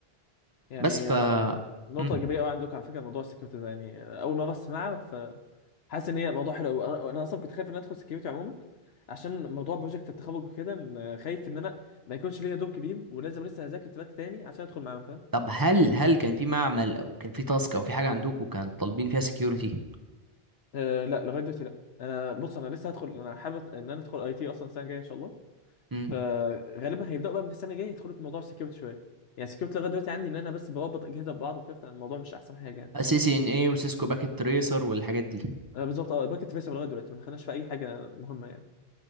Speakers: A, on the left; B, on the right.
A: يعني
B: بس ف
A: آه، نقطه
B: مم.
A: ايجابيه قوي عندكم على فكره موضوع السكيورتي ده يعني آه، اول مره اسمعها فحاسس ان هي موضوع حلو قوي انا انا اصلا كنت خايف ان أنا ادخل سكيورتي عموما عشان موضوع بروجكت التخرج وكده إن، آه، خايف ان انا ما يكونش ليا دور كبير ولازم لسه اذاكر تراك تاني عشان ادخل معاهم فاهم
B: طب هل هل كان في معمل او كان في تاسك او في حاجه عندكم كان طالبين فيها سكيورتي
A: أه لا لغايه دلوقتي لا انا بص انا لسه هدخل انا حابب ان انا ادخل اي تي اصلا السنه الجايه ان شاء الله
B: امم
A: فغالبا هيبداوا بقى من السنه الجايه يدخلوا في موضوع السكيورتي شويه يعني السكيورتي لغايه دلوقتي عندي ان انا بس بربط اجهزه ببعض وكده فالموضوع مش احسن حاجه يعني
B: سي سي ان اي وسيسكو باكيت تريسر والحاجات دي
A: أه بالظبط اه باكت فيصل لغايه دلوقتي ما دخلناش في اي حاجه مهمه يعني